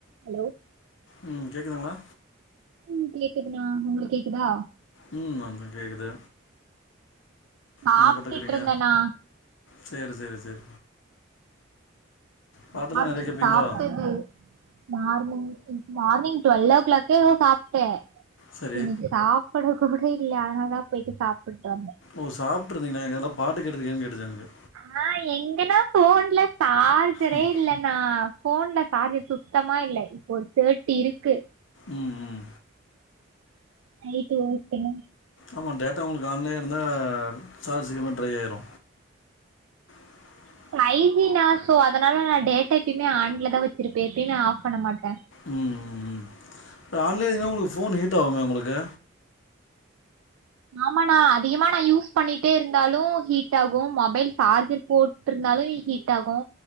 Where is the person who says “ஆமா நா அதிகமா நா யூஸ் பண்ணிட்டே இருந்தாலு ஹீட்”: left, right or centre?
Right